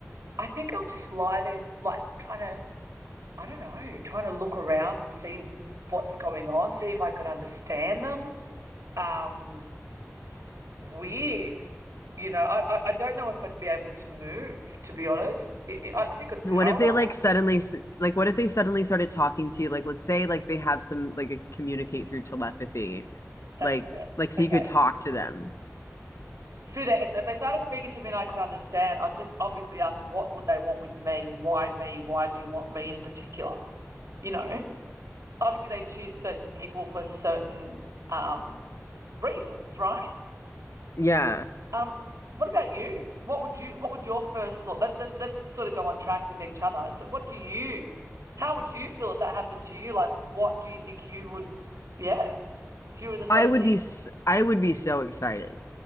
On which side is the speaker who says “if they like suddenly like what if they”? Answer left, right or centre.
Left